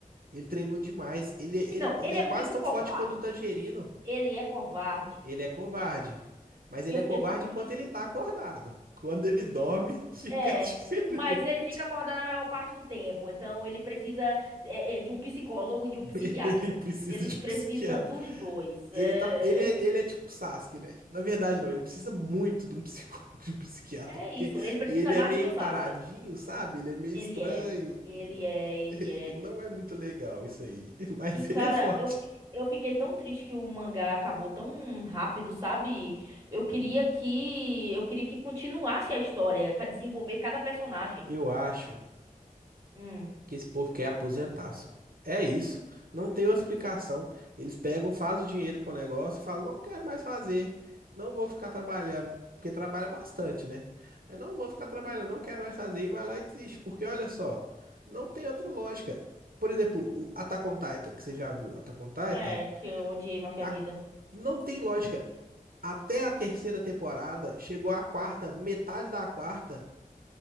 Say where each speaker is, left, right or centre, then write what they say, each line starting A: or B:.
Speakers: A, on the right (about 80°); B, on the right (about 25°).
A: Ele treinou demais. Ele,
B: E-
A: ele,
B: não,
A: ele
B: ele
A: é
B: é
A: quase
B: muito
A: tão
B: covarde.
A: forte quanto o Tangerino.
B: Ele é covarde.
A: Ele é covarde.
B: É,
A: Mas ele
B: e eu
A: é
B: fiquei
A: covarde
B: tão triste.
A: enquanto ele tá acordado. Quando ele
B: Eu
A: dorme,
B: fiquei...
A: <laughs> fica
B: É,
A: diferente.
B: mas ele fica acordado a maior parte do tempo, então ele precisa eh, eh, de um psicólogo e de um
A: <laughs>
B: psiquiatra.
A: Ele precisa
B: Ele
A: de
B: precisa
A: um psiquiatra.
B: dos dois. É,
A: Ele tá, ele é, ele é tipo o Sasuke, né? Na verdade, não, ele precisa muito de um <laughs> psicólogo, de um psiquiatra,
B: é
A: porque
B: isso, ele precisa
A: ele
B: mais
A: é meio
B: do que o Sasuke.
A: taradinho, sabe? Ele é meio
B: Ele
A: estranho.
B: é,
A: Nó,
B: ele é, ele
A: <laughs> Ele
B: é.
A: não é muito legal, isso aí. <laughs> Mas
B: E cara,
A: ele é forte.
B: eu, fi- eu fiquei tão triste que o mangá acabou tão rápido, sabe? Eu queria que eu queria que continuasse a história pra desenvolver cada personagem.
A: Eu acho
B: Hum.
A: que esse povo quer aposentar, só. É isso. Não tem outra explicação. Eles pegam, fazem o dinheiro com o negócio e falam, não quero mais fazer. Não vou ficar trabalhando. Porque trabalha bastante, né? Mas não vou ficar trabalhando,
B: Hum.
A: não quero mais fazer. E vai lá e desiste. Porque olha só, não tem outra lógica. Por exemplo, o Attack on Titan, que você já viu, Attack on Titan,
B: É, que eu odiei mais que
A: a-
B: a vida.
A: não tem lógica. Até a terceira temporada, chegou a quarta, metade da quarta.